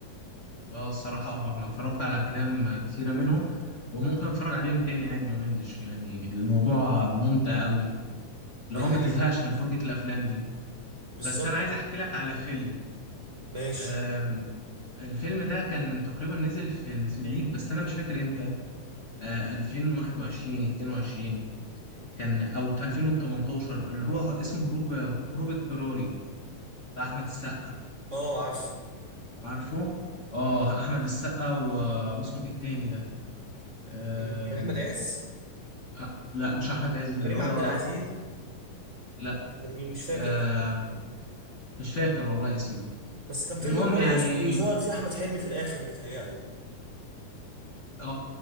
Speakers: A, on the left (about 40°); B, on the right (about 40°).
A: اه الصراحة اه أنا اتفرجت على أفلام كتيرة منهم وممكن أتفرج عليهم تاني عادي ما ملش يعني الموضوع ممتع أوي اللي
B: دي
A: هو
B: حقيقة
A: ما تزهقش من فرجة الأفلام دي
B: بالظبط
A: بس أنا عايز أحكي لك على فيلم
B: ماشي
A: آم، الفيلم ده كان تقريبا نزل في في العيد بس أنا مش فاكر إمتى آه، 2021 22 كان أو 2018 اللي هو اسمه هروب هروب اضطراري بتاع أحمد السقا
B: اه عارف
A: عارفه؟ آه
B: مم.
A: أحمد السقا و- واسمه إيه التاني ده؟ آم،
B: كان احمد عز
A: أ- لا مش أحمد عز اللي
B: كريم
A: هو
B: عبد العزيز
A: لا
B: كان مين مش فاكر
A: آم، مش فاكر والله اسمه
B: بس كان فيلم
A: المهم
B: كويس
A: يعني
B: وظهر فيه احمد حلمي في الاخر بيتهيألي
A: اه